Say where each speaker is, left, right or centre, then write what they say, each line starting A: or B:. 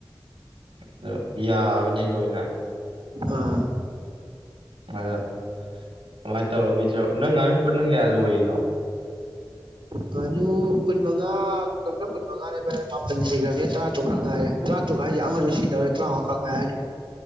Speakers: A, on the right; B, on the right.
A: ꯑꯗꯣ ꯌꯥꯕꯅꯤ ꯂꯣꯏꯅ
B: ꯑꯥ
A: ꯑꯗꯣ ꯑꯗꯨꯃꯥꯏꯅ ꯇꯧꯔ ꯄꯤꯖꯧ ꯅꯪ ꯉꯥꯅꯨ ꯄꯨꯟꯅ ꯀꯌꯥ ꯂꯣꯏꯔꯤꯅꯣ
B: ꯉꯥꯅꯨ ꯀꯨꯟꯃꯉꯥ ꯄꯨꯂꯞꯅ ꯀꯨꯟꯃꯉꯥꯅꯦꯕ ꯚꯥꯏ ꯃꯥꯄꯟ ꯁꯤꯈ꯭ꯔꯕꯅꯤꯅꯦ ꯇꯔꯥꯇꯔꯨꯛꯈꯛ ꯉꯥꯏꯔꯦ ꯇꯔꯥꯇꯔꯨꯛ ꯍꯥꯏꯁꯦ ꯑꯃꯁꯨ ꯁꯤꯗꯧꯔꯦ ꯇꯔꯥꯃꯉꯥꯈꯛ ꯉꯥꯏꯍꯧꯔꯅꯤ